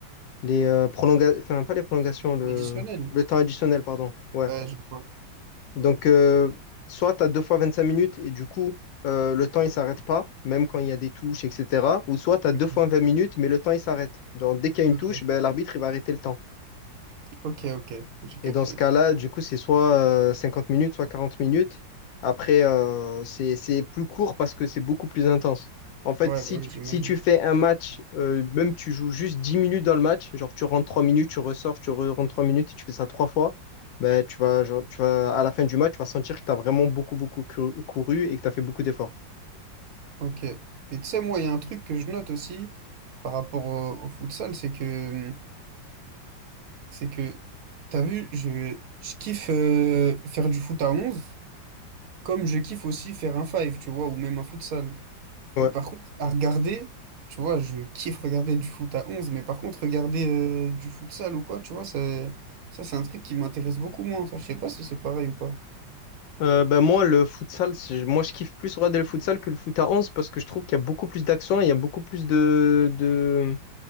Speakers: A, on the left (about 80°); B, on the right (about 75°).
A: Les euh, prolonga- enfin, pas les prolongations, le,
B: Additionnel.
A: le temps additionnel, pardon. Ouais.
B: Ouais, je vois.
A: Donc, euh, soit t'as 2 fois 25 minutes, et du coup, euh, le temps, il s'arrête pas, même quand il y a des touches, etc. Ou soit t'as deux
B: Ok,
A: fois vingt minutes, mais le temps, il s'arrête. Genre, dès qu'il y a une
B: ok,
A: touche, ben, l'arbitre, il va arrêter le temps.
B: ok, ok, j'ai capté.
A: Et dans ce cas-là, du coup, c'est soit euh, 50 minutes, soit 40 minutes. Après, euh, c'est, c'est plus court parce que c'est beaucoup plus intense. En fait,
B: Ouais,
A: si,
B: bah
A: tu-
B: ouais, j'imagine.
A: si tu fais un match, euh, même tu joues juste 10 minutes dans le match, genre tu rentres 3 minutes, tu ressors, tu re- rentres 3 minutes et tu fais ça trois fois, ben, tu vas, genre, tu vas, à la fin du match, tu vas sentir que tu as vraiment beaucoup, beaucoup cou- couru et que tu as fait beaucoup d'efforts.
B: Ok. Mais tu sais, moi, il y a un truc que je note aussi par rapport au, au futsal, c'est que, c'est que, t'as vu, je, je kiffe euh, faire du foot à onze Comme je kiffe aussi faire un five, tu vois, ou même un futsal.
A: Ouais.
B: Mais par contre, à regarder, tu vois, je kiffe regarder du foot à 11. mais par contre, regarder euh, du futsal ou quoi, tu vois, c'est- ça, c'est un truc qui m'intéresse beaucoup moins. Ça, je sais pas si c'est pareil ou pas.
A: Euh, ben moi, le futsal, c'est- moi, je kiffe plus regarder le futsal que le foot à 11 parce que je trouve qu'il y a beaucoup plus d'accent et il y a beaucoup plus de, de,